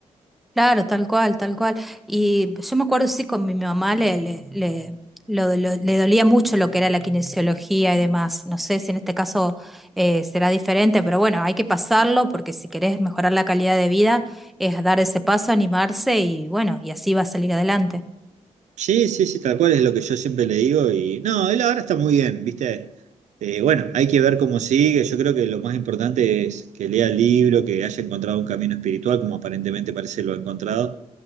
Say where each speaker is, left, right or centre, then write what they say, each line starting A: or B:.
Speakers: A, in the centre; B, on the right.
A: Claro, tal cual, tal cual. Y yo me acuerdo, sí, con mi mamá le, le, le, lo- lo- le dolía mucho lo que era la kinesiología y demás. No sé si en este caso eh, será diferente, pero bueno, hay que pasarlo porque si querés mejorar la calidad de vida es dar ese paso, animarse y bueno, y así va a salir adelante.
B: Sí, sí, sí, tal cual es lo que yo siempre le digo y no, él ahora está muy bien, ¿viste? Eh, bueno, hay que ver cómo sigue, yo creo que lo más importante es que lea el libro, que haya encontrado un camino espiritual, como aparentemente parece lo ha encontrado,